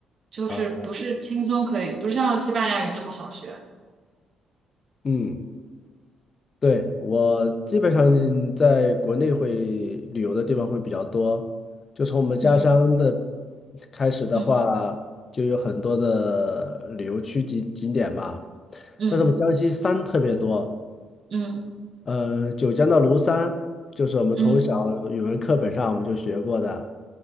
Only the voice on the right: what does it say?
就是不是轻松可以，
不是像西班牙语那么好学。
嗯
嗯
嗯
嗯嗯
嗯嗯。嗯